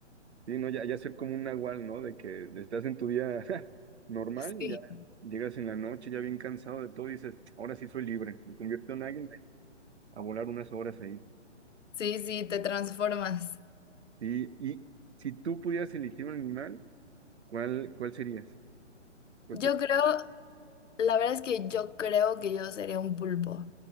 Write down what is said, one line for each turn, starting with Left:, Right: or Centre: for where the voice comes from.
Right: sí, no, ya, ya ser como un nahual, ¿no? De que estás en tu día <laughs> normal
Left: Sí.
Right: y ya llegas en la noche ya bien cansado de todo y dices, ahora sí soy libre, me convierto en águila a volar unas horas ahí.
Left: Sí, sí, te transformas.
Right: Sí, y si tú pudieras elegir un animal, ¿cuál, cuál serías? ¿Cuál
Left: Yo
Right: te...
Left: creo, la verdad es que yo creo que yo sería un pulpo,